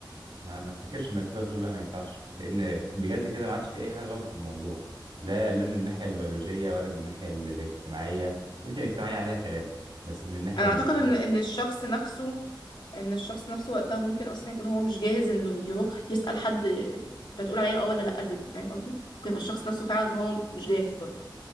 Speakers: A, on the right; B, on the left.
A: ما ما افتكرش انك تقدر تقول لا ما ينفعش لان بجد كده ما عادش في اي حاجه غلط في الموضوع لا لا من الناحيه البيولوجيه ولا من الناحيه ال- الاجتماعيه يمكن الاجتماعيه عليها كلام بس من الناحيه
B: انا
A: الماديه
B: اعتقد ان ان الشخص نفسه ان الشخص نفسه وقتها ممكن اصلا يكون هو مش جاهز انه يروح يسأل حد انت هتقول عليا اه ولا لا لبنتك فاهم قصدي ممكن يبقى الشخص نفسه فعلا هو مش جاهز برضه